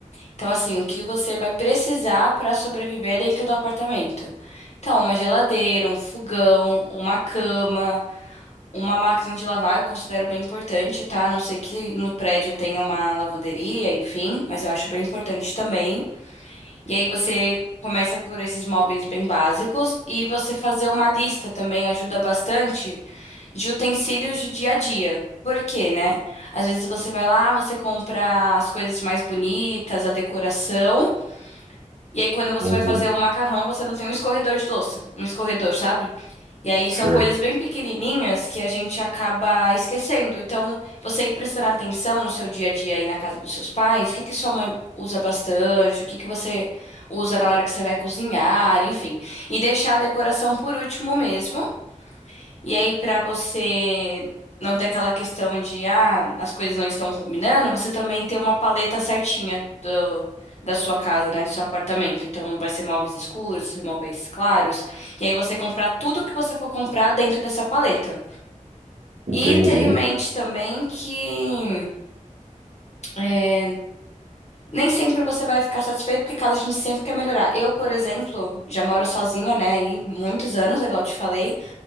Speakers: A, on the left; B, on the right.
A: Então, assim, o que você vai precisar para sobreviver dentro do apartamento. Então, uma geladeira, um fogão, uma cama, uma máquina de lavar, eu considero bem importante, tá? A Não sei que no prédio tenha uma lavanderia, enfim, mas eu acho bem importante também. E aí você começa por esses móveis bem básicos e você fazer uma lista também ajuda bastante de utensílios de dia a dia. Por quê, né? Às vezes você vai lá, você compra as coisas mais bonitas, a decoração, e aí quando você
B: Uhum,
A: vai fazer o macarrão, você não tem um escorredor de louça, um escorredor, sabe? E aí
B: certo.
A: são coisas bem pequenininhas que a gente acaba esquecendo. Então, você ir prestando atenção no seu dia a dia aí na casa dos seus pais, o que que sua mãe usa bastante, o que que você usa na hora que você vai cozinhar, enfim. E deixar a decoração por último mesmo e aí, pra você não ter aquela questão de, ah, as coisas não estão combinando, você também tem uma paleta certinha do, da sua casa, né? Do seu apartamento. Então, vai ser móveis escuros, móveis claros. E aí, você comprar tudo que você for comprar dentro dessa paleta.
B: Entendi.
A: E ter em mente também que é, nem sempre você vai ficar satisfeito, porque casa a gente sempre quer melhorar. Eu, por exemplo, já moro sozinha, né? Aí muitos anos, igual eu te falei.